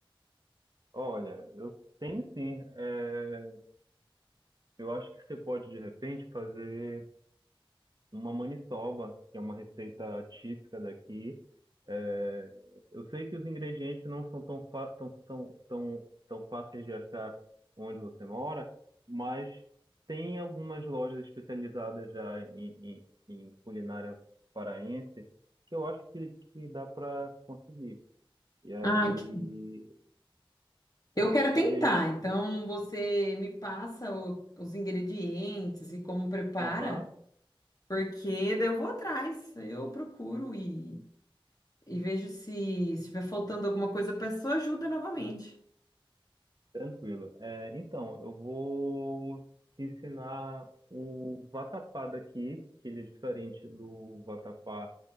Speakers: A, on the right; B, on the left.
A: Olha, eu tenho sim. É, eu acho que você pode, de repente, fazer uma maniçoba, que é uma receita típica daqui. É, eu sei que os ingredientes não são tão, fa- tão, tão, tão, tão fáceis de achar onde você mora, mas tem algumas lojas especializadas já em, em, em culinária paraense que eu acho que, que dá para conseguir. E aí,
B: Ah, que- eu quero tentar.
A: e aí,
B: Então, você me passa o- os ingredientes e como prepara,
A: aham,
B: porque daí eu vou atrás, eu procuro e, e vejo se estiver faltando alguma coisa, eu peço ajuda novamente.
A: tranquilo. É, então, eu vou te ensinar o vatapá daqui, que ele é diferente do vatapá